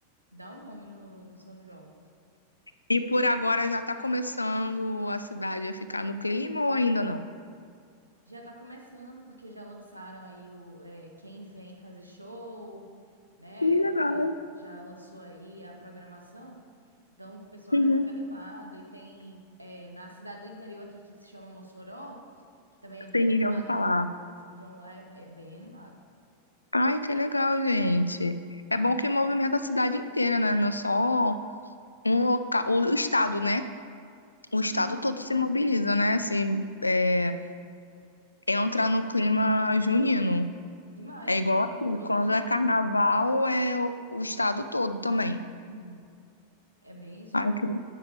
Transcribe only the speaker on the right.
dá o nome no, no São João.
Já tá começando, porque já lançaram aí o é, Quem Vem Fazer Show, né?
Já, já lançou aí a programação. Então o pessoal
já fica animado. E tem é, na cidade do interior aqui que se chama Mossoró, que também é bem
animado
lá. São João lá é é bem animado.
Uhum.
Uhum.
Demais,
tem
em todo
o estado.
Uhum. É bem isso
mesmo.